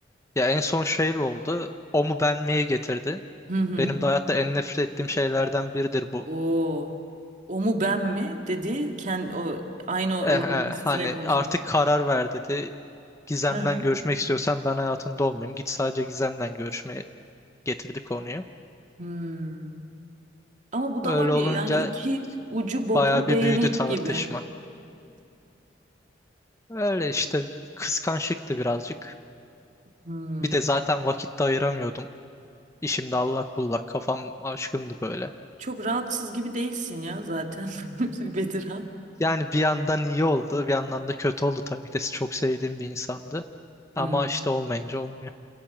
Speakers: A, on the left (about 15°); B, on the right (about 40°).
A: ya en son şey oldu. O mu ben miye getirdi.
B: Hı hı.
A: Benim de hayatta en nefret ettiğim şeylerden biridir bu.
B: O o mu ben mi dedi kendi o aynı
A: Eh,
B: olayın
A: eh,
B: üstüne
A: hani
B: konuşuyoruz.
A: artık karar ver dedi. Gizem'den
B: Hı hı.
A: görüşmek istiyorsan ben hayatında olmayayım. Git sadece Gizem'den görüşmeye getirdi konuyu.
B: Hmm. Ama bu
A: Öyle
B: da var ya
A: olunca
B: yani iki ucu boklu
A: bayağı bir
B: değnek
A: büyüdü tartışma.
B: gibi.
A: Öyle işte kıskançlıktı birazcık.
B: Hmm.
A: Bir de zaten vakit de ayıramıyordum. İşimde allak bullak kafam aşkımdı böyle.
B: Çok rahatsız gibi değilsin ya zaten <laughs> Bedirhan.
A: Yani bir yandan iyi oldu, bir yandan da kötü oldu tabii ki de çok sevdiğim bir insandı. Ama
B: Hmm,
A: işte olmayınca olmuyor.